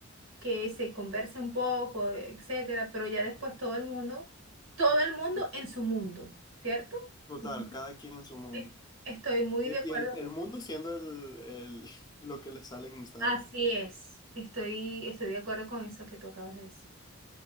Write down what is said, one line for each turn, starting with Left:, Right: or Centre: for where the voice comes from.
Right: que se converse un poco, etcétera, pero ya después todo el mundo, todo el mundo
Left: Sí.
Right: en su mundo, ¿cierto?
Left: Total,
Right: Ujú.
Left: cada quien en su mundo.
Right: Es- Estoy muy
Left: Y
Right: de acuerdo.
Left: y el, el mundo siendo el, el- <laughs> lo que les sale en Instagram.
Right: Así es, estoy, estoy de acuerdo con eso que tú acabas de decir.